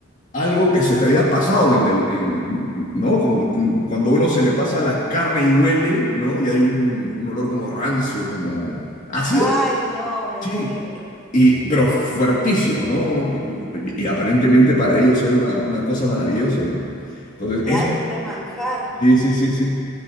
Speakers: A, on the left; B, in the centre.
A: algo que se te había pasado en el- en- ¿no? Como- como cuando uno se le pasa la carne y huele, ¿no? Y hay un, un olor como rancio, como ácido,
B: Ay, no, me
A: Sí,
B: muero.
A: y, pero fuertísimo, ¿no? Y aparentemente para ellos era una, una cosa maravillosa, ¿no? Entonces,
B: Claro,
A: eso,
B: un remanjar.
A: sí, sí, sí, sí.